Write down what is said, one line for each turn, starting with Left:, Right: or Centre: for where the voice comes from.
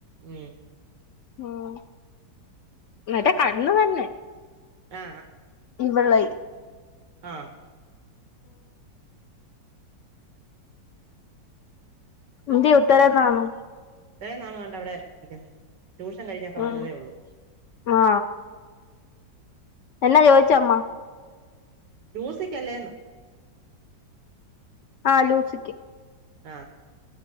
Right: ഉം
Left: ളം മററ്റെ കണ്ണു തന്നെ
Right: ആ
Left: ഇവളെയ്
Right: ആഹ്
Left: പുതി ഉത്തരത്താണു
Right: എത്രേ നാള് കൊണ്ട് അവിടെ ഇരിക്കുന്നു ട്യൂഷൻ കഴിഞ്ഞൊക്കെ വന്നതേ
Left: ഉം
Right: ഒള്ളു
Left: ആ എന്നാ ചോ <unintelligible> ചമ്മ
Right: ലൂസിക്കല്ലേന്ന്
Left: ആ ലൂസിക്ക്
Right: ആഹ്